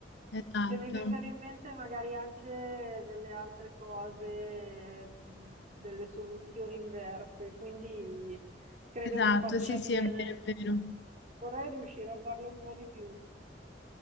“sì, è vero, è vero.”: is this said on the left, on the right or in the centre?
Left